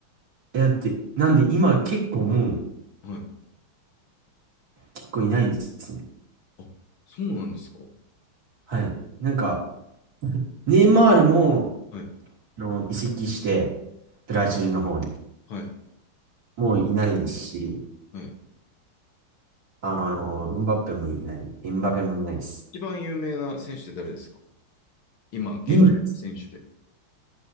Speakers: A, on the right (about 45°); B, on the left (about 70°).
A: え、だって、なんで今結構もう、
B: はい。
A: 結構いないですね。
B: あ、そうなんですか。は
A: はい。なんか、ネイマールも、
B: い。
A: あの、移籍して、ブラジルの方に。
B: はい。
A: もういないですし、
B: はい。
A: あの、ウンバッペもいない、エンバペもいないです。
B: 一番有名な選手って誰ですか今、現状選手で。
A: 今